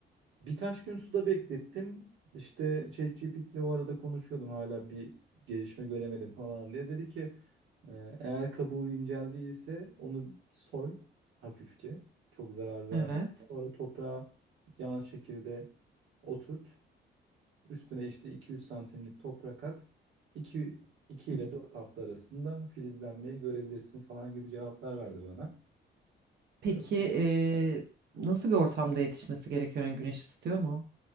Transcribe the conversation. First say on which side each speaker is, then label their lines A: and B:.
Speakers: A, on the right; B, on the right.
A: Birkaç gün suda beklettim. İşte ChatGPT ile o arada konuşuyordum hala bir gelişme göremedim falan diye. Dedi ki e, eğer kabuğu incel değilse onu soy hafifçe. Çok zarar verme.
B: Evet.
A: Sonra toprağa yan şekilde oturt. Üstüne işte 200 santimlik toprak at. 2, 2
B: Hı.
A: ile 4 hafta arasında filizlenmeyi görebilirsin falan gibi cevaplar verdi bana.
B: Peki
A: Ee,
B: e, nasıl bir ortamda yetişmesi gerekiyor? Yani güneş istiyor mu?